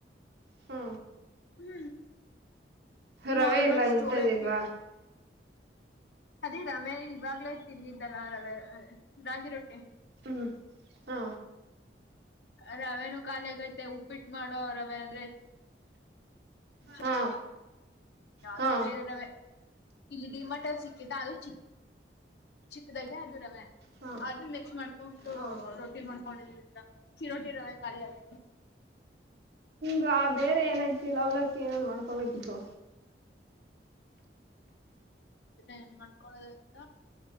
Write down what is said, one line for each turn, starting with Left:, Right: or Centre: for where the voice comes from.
Right: ಹು
Left: ಹು
Right: ರವೆ
Left: ನಾರ್ಮಲ್
Right: ಇಲ್ಲ
Left: ಸ್ಟೋರ್
Right: ಇಂಥದ್ದ
Left: ಅಕ್ಕಿ
Right: ಇಲ್ವಾ
Left: ಅದೇ ರವೆ ಇವಾಗ್ಲೇ ತಿಂದಿದ್ದಲ್ಲಾ ಅ ಅ ರವೆ ರಾಗಿ ರೊಟ್ಟಿ
Right: ಹು ಹಾ
Left: ಅ ರವೇನು ಖಾಲಿ ಆಗೈತೆ ಉಪ್ಪಿಟ್ಟು ಮಾಡೋ ರವೆ ಆದ್ರೆ ಚೀ
Right: ಹಾ
Left: ಯಾವುದು
Right: ಹಾ
Left: ಬೇರೆರವೇ ಇಲ್ಲಿ ಡಿ ಮಾರ್ಟ್ ಸಿಕ್ಕಿತಾ ಅದು ಚಿ ಚಿಕ್ಕದಾಗೆ ಅದು ರವೆ
Right: ಹಾ
Left: ಅದು ಮಿಕ್ಸ್ ಮಾಡ್ಕೊಂಡು
Right: ಹಾ
Left: ರೊಟ್ಟಿ ಮಾಡ್ಕೊಂಡಿದದ ಚಿರೋಟಿ ರವೆ ಖಾಲಿ ಆಗೈತೆ <unintelligible>
Right: ಇಗಾ ಬೇರೆ ಏನಯ್ತಿ ಅವಲಕ್ಕಿ ಏನಾದ್ರು ಮಾಡ್ಕೋಬೇಕಿತ್ತು
Left: ಇದನ್ನ ಏನ್ ಮಾಡ್ಕೊಳೋದು ಅಂತಾ